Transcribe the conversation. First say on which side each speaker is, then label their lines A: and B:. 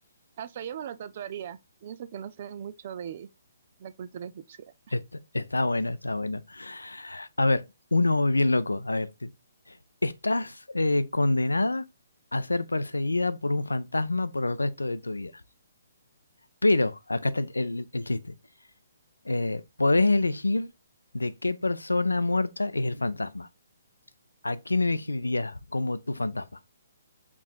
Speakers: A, on the right (about 40°); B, on the left (about 80°).
A: hasta yo me lo tatuaría. Y eso que no sé mucho de la cultura egipcia.
B: está, está bueno, está bueno. A ver, uno bien loco. A ver, te- estás eh, condenada a ser perseguida por un fantasma por el resto de tu vida. Pero, acá está el el- el chiste. Eh, podés elegir de qué persona muerta es el fantasma. ¿A quién elegirías como tu fantasma?